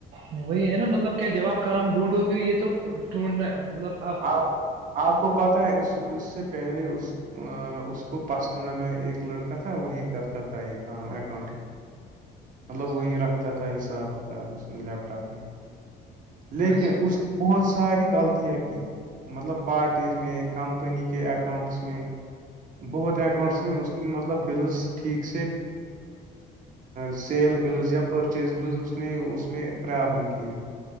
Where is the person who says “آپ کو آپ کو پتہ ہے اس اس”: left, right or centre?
Right